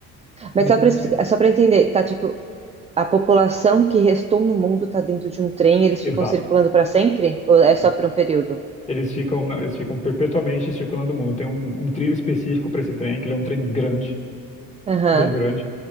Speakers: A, on the right (about 20°); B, on the left (about 20°).
A: Mas
B: isso
A: só para explicar, só para entender, tá tipo, a população que restou no mundo tá dentro de um trem, eles
B: Exato.
A: ficam circulando para sempre? Ou é
B: Sim.
A: só por um período?
B: Eles ficam, eles ficam perpetuamente circulando o mundo. Tem um, um trilho específico para esse trem, que ele é um trem grande.
A: Aham,
B: bem grande.